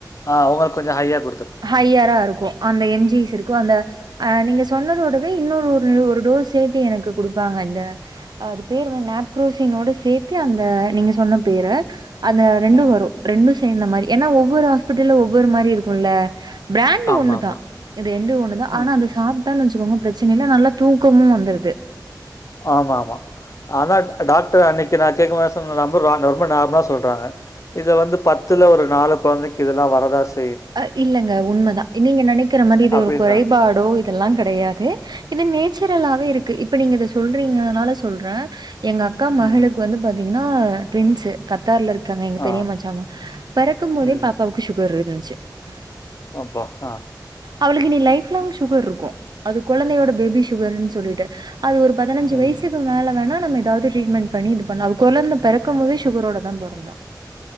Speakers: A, on the left; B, on the right.
A: ஆ ஒங்களுக்கு கொஞ்சோ ஹையா குடு
B: ஹையரா இருக்கு அந்த எம் ஜிஸ் இருக்கு அந்த அ நீங்க சொன்னதோடவே இன்னொரு ஒரு டோஸ் சேத்து எனக்கு குடுப்பாங்க இந்த அது பேர் வந்து நாப்ரோசினோட சேத்து அந்த நீங்க சொன்ன பேர அந்த ரெண்டு
A: ம்.
B: வரு ரெண்டு சர் மாரி ஏன்னா ஒவ்வொரு ஹாஸ்பிட்ல்ல ஒவ்வொரு மாரி இருக்குல்ல பிராண்டு
A: ஆமாமா.
B: ஒண்ணுதா இது ரெண்டு ஒண்ணுதா ஆனா
A: ம்.
B: அத சாப்ப க்கும் வெச்சுகோங்க பிரச்சன இல்ல நல்லா தூக்கமும் வந்துருது
A: ஆமா ஆமா ஆனா டாக்டர் அன்னைக்கு நா கேக்கும் போது சொன் ரொம்ப நார்மலா சொல்றாங்க இது வந்து பத்துல ஒரு நாலு கொழந்தைக்கு இதெல்லா வரதா செய்
B: அ இல்லங்க உண்மதான் நீங்க நெனைக்கிற மாரி இது
A: அப்படின்றாங்க.
B: ஒரு குறைபாடோ இதெல்லாங் கெடையாது இன்னு நேச்சுரலாவே இருக்கு இப்ப நீங்க இத சொல்ரிங்கனால சொல்றன் எங்க அக்கா மகளுக்கு
A: ம்.
B: வந்து பாத் இன்னா டுவின்ஸு கத்தார்ல இரு க்காங்க எங்க
A: ஆ.
B: பெரிய மச்சாம் பெறக்கும் போதே
A: ம்.
B: பாப்பாவுக்கு சுகரு ம் சே <unintelligible>
A: அப்பா சா
B: அவளுக்கு இனி லைப் லாங் சுகர் இருக்கும் அது குழந்தையோட பேபி சுகர்ன்னு சொல்லிட்டு அது ஒரு பதினெஞ்சு
A: ம்.
B: வயிசுக்கு மேல வேணா நம்ம எதாவது ட்ரீட்மெண்ட் பண்ணி இது பண்ணா கொழந்த பெறக்கும் போதே சுகரோட தா பொறந்தா